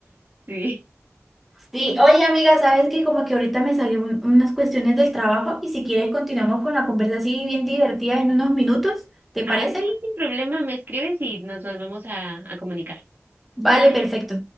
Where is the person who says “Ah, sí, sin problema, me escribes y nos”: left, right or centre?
Right